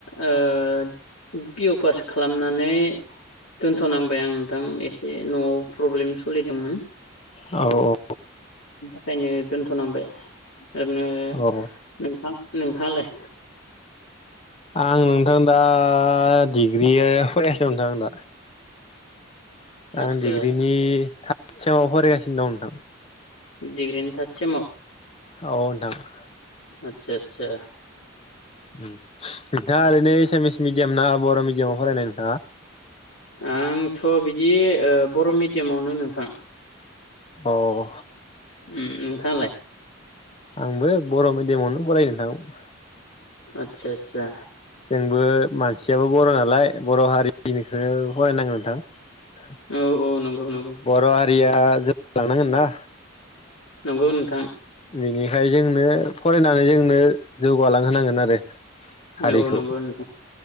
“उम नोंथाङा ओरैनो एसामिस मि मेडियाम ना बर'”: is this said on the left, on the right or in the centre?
Left